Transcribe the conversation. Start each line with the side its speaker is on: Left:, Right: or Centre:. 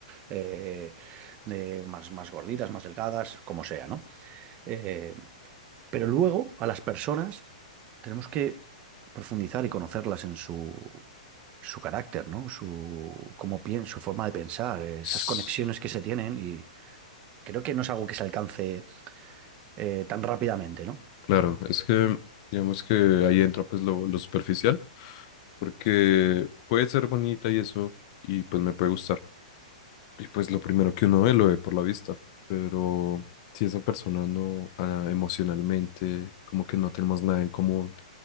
Right: eh, de- más, más gorditas, más delgadas, como sea, ¿no? Eh, pero luego a las personas tenemos que profundizar y conocerlas en su, su carácter, ¿no? Su, cómo piensa, su forma de pensar, eh, esas
Left: S-
Right: conexiones que se tienen y creo que no es algo que se alcance eh, tan rápidamente, ¿no?
Left: Claro, es que digamos que ahí entra pues lo, lo superficial, porque puede ser bonita y eso, y pues me puede gustar Y pues lo primero que uno ve, lo ve por la vista, pero si esa persona no, ah, emocionalmente, como que no tenemos nada en común,